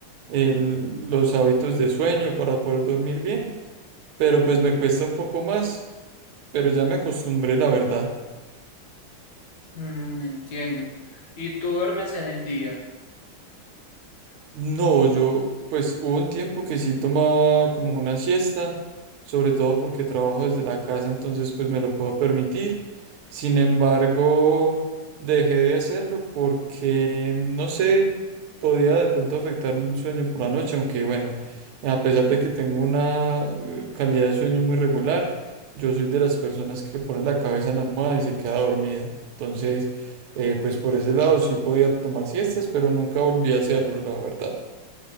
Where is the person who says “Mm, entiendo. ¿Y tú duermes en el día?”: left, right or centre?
Left